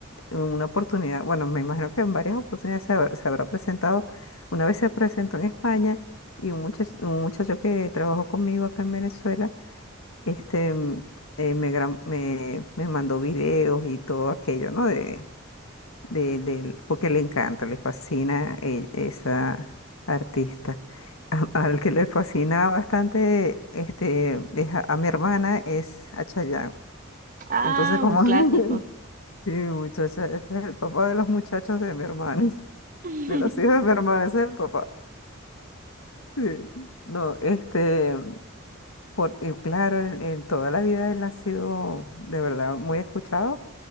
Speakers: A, on the left; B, on the right.
A: en una oportunidad, bueno, me imagino que en varias oportunidades se, habrá se habrá presentado. Una vez se presentó en España y un muchacho, un muchacho que trabajó conmigo acá en Venezuela, este, mm, eh, me, gra- me, me mandó videos y todo aquello, ¿no? De, de, del- porque le encanta, le fascina eh, esa artista. <laughs> A- al que le fascina bastante este, es a, a mi hermana es a Chayanne.
B: ah,
A: Entonces, como,
B: un clásico.
A: <laughs> sí, muchacha, ese es el papá de los muchachos de mi hermana, <laughs>
B: <laughs>
A: de los hijos de mi hermana, ese es el papá. Sí. No, este. Por, y claro, en, en toda la vida él ha sido de verdad muy escuchado